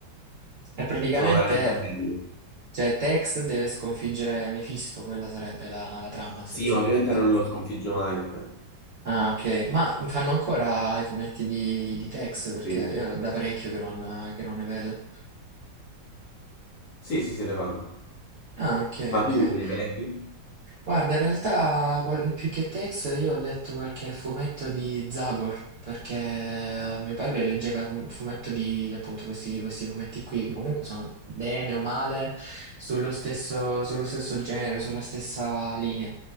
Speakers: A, on the right; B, on the left.
A: È praticamente,
B: sono veramente belli.
A: cioè, Tex deve sconfiggere Mephisto, quella sarebbe la la trama essenzialmente.
B: Sì, ma ovviamente non lo sconfigge mai, perché...
A: Ah, ok. Ma fanno ancora i fumetti di, di Tex? Perché
B: Sì,
A: io da parecchio che non, che non ne vedo.
B: sì, sì, se ne fanno.
A: Ah, ok,
B: Ma
A: ok.
B: tu li hai mai letti?
A: Guarda, in realtà qual- più che Tex io ho letto qualche fumetto di Zagor, perché eh, mio padre leggeva un fumetto di appunto questi, questi fumetti qui, che comunque sono bene o male sullo stesso, sullo stesso genere, sulla stessa linea.